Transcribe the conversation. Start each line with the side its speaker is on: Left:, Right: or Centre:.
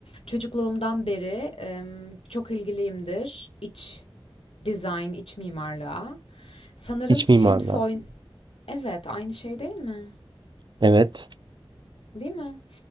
Left: çocukluğumdan beri em, çok ilgiliyimdir. İç design, iç mimarlığa. Sanırım
Right: iç
Left: Sims
Right: mimarlığa.
Left: oyn... Evet, aynı şey değil mi?
Right: Evet.
Left: Değil mi?